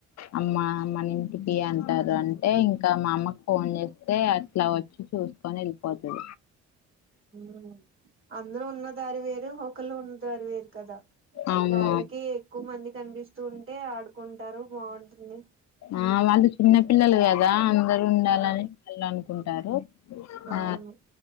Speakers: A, on the left; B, on the right.
A: అమ్మ మన ఇంటికి అంటారు అంటే ఇంకా మా అమ్మకు ఫోన్ చేస్తే అట్లా వచ్చి చూ చూసుకొని వెళ్ళిపోతది
B: హ్మ్ అందరూ ఉన్న దారి వేరు ఒకళు ఉన్న దారి వేరు కదా
A: అవును
B: వాళ్ళకి ఎక్కువ మంది కనిపిస్తూ ఉంటే ఆడుకుంటారు బొంటుంది
A: ఆ వాళ్ళు చిన్న పిల్లలు కదా అందరు ఉండాలని
B: అవును
A: వాళ్ళు అనుకుంటారు
B: అవును
A: ఆ